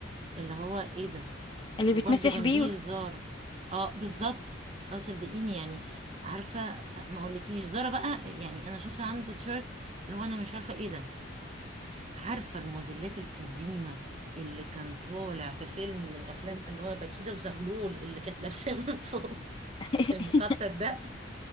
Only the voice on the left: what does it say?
اللي
بيتمسح
بيه
<laughs>